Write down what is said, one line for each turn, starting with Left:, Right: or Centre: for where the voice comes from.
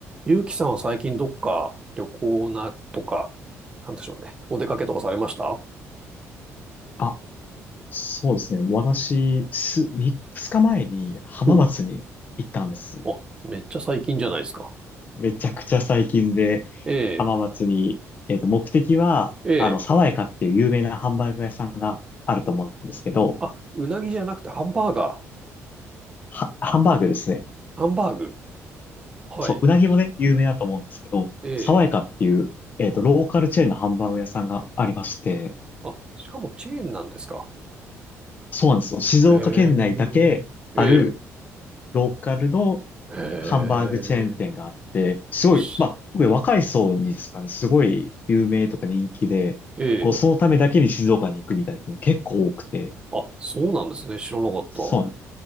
Right: ゆうきさんは最近どっか旅行なとか、なんでしょうね。お出かけとかされました
Left: あ、そうですね。私、す、3日前に浜松に行ったんです。
Right: おう。あ、めっちゃ最近じゃないですか。
Left: めちゃくちゃ最近で
Right: ええ、
Left: 浜松に、えっと、目的は、
Right: ええ。
Left: あの、爽やかっていう有名なハンバーグ屋さんがあると思うんですけど、
Right: あ、うなぎじゃなくてハンバーガー。
Left: は、ハンバーグですね。
Right: ハンバーグ。はい。
Left: そう、うなぎもね、有名だと思うんですけど、
Right: ええ。
Left: 爽やかっていう、えっと、ローカルチェーンのハンバーグ屋さんがありまして、
Right: あ、しかもチェーンなんですか。
Left: そうなんですよ。静岡県内だけある
Right: へえ。え
Left: ローカルの
Right: え。
Left: ハンバーグチェーン店があって、
Right: へえ。
Left: すごい、
Right: し
Left: まあ、特に若い層にですかね、すごい有名とか人気で、
Right: ええ。
Left: こう、そのためだけに静岡に行くみたいな人も結構多くて、
Right: あ、そうなんですね。知らなかった。
Left: そうなんです。